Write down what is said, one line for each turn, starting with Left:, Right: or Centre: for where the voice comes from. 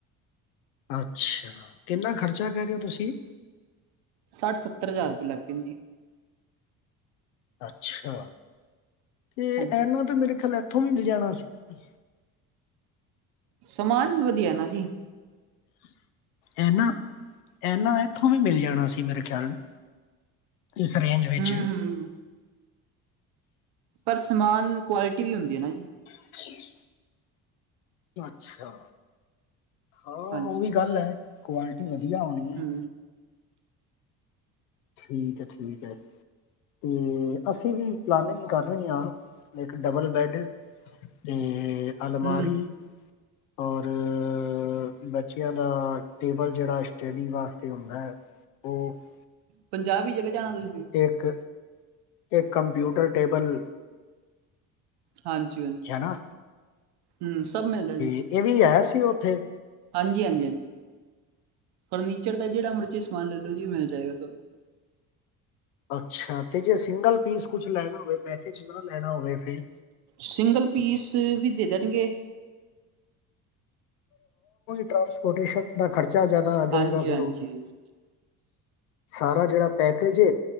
Left: ਅੱਛਾ ਕਿੰਨਾ ਖ਼ਰਚਾ ਕਹਿ ਰਹੇ ਹੋ ਤੁਸੀਂ?
Right: ਸੱਠ ਸੱਤਰ ਹਜ਼ਾਰ ਰੁਪਏ ਲੱਗ ਗਏ ਜੀ।
Left: ਅੱਛਾ। ਤੇ
Right: ਹਾਂਜੀ
Left: ਇਹਨਾਂ ਤੇ ਮੇਰੇ ਖ਼ਯਾਲ ਉੱਥੋਂ ਮਿਲ ਜਾਣਾ ਸੀ।
Right: ਸਮਾਨ ਵੀ ਵਧੀਆ ਨਾ ਜੀ।
Left: ਇਹਨਾ ਇਹਨਾ ਇੱਥੋਂ ਵੀ ਮਿਲ ਜਾਣਾ ਸੀ ਮੇਰੇ ਖਿਆਲ ਨੂੰ ਇਸ ਰੇਂਜ ਵਿੱਚ।
Right: ਹੂੰ ਹੂੰ ਪਰ ਸਮਾਨ ਕੁਆਲਿਟੀ ਵੀ ਹੁੰਦੀ ਹੈ ਨਾ ਜੀ।
Left: ਹ। <unintelligible> ਅੱਛਾ ਹਾਂ ਔ
Right: ਹਾਂਜੀ
Left: ਵੀ ਗੱਲ ਹੈ। ਕੁਆਲਟੀ ਵਧੀਆ। ਵਧੀਆ ਆਉਣੀ
Right: ਹੂੰ
Left: ਏ। ਠੀਕ ਹੈ ਠੀਕ ਹੈ ਤੇ ਅਸੀਂ ਵੀ ਪਲਾਨਿੰਗ ਕਰ ਰਹੇ ਹਾਂ ਇੱਕ ਡਬਲ ਬੈਡ ਤੇ ਅਲਮਾਰੀ।
Right: ਹੂੰ ਹੂੰ
Left: ਹੋਰ? ਅ ਬਚ ਬੱਚਿਆਂ ਦਾ ਟੇਬਲ ਜਿਹੜਾ ਸਟਡੀ ਵਾਸਤੇ ਹੁੰਦਾ ਹੈ। ਉਹ
Right: ਪੰਜਾਬੀ ਜਿਹੜੇ <unintelligible>
Left: ਇੱਕ ਇੱਕ ਕੰਮਪਿਊਟਰ ਟੇਬਲ
Right: ਹਾਂਜੀ-ਹਾਂਜੀ,
Left: ਹੈ ਨਾ
Right: ਹਮ ਸਭ ਮਿਲਦਾ ਜਾਦ
Left: ਇਹ ਵੀ ਆਇਆ ਤੇ ਉੱਥੇ।
Right: ਹਾਂਜੀ-ਹਾਂਜੀ-ਹਾਂਜੀ ਫਰਨੀਚਰ ਦਾ ਜਿਹੜਾ ਮਰਜ਼ੀ ਸਮਾਨ ਲੈ ਲੋ ਜੀ ਉਹ ਮਿਲ ਜਾਏਗਾ ਤੁਹਾਨੂੰ
Left: ਅੱਛਾ ਤੇ ਜੇ ਸਿੰਗਲ ਪੀਸ ਕੁਛ ਲੈਣਾ ਹੋਵੇ ਪੈਕੇਜ ਨਾ ਲੈਣਾ ਹੋਵੇ। ਫਿਰ
Right: ਸਿੰਗਲ ਪੀਸ ਵੀ ਦੇ ਦੇਣਗੇ।
Left: ਟਰਾਂਸਪੋਰਟੇਸ਼ਨ ਦਾ ਖਰਚਾ ਜ਼ਿਆਦਾ ਆ ਜਾਏਗਾ
Right: ਹਾਂਜੀ-ਹਾਂਜੀ।
Left: ਫਿਰ ਉਹ ਸਾਰਾ ਜਿਹੜਾ ਪੈਕੇਜ ਏ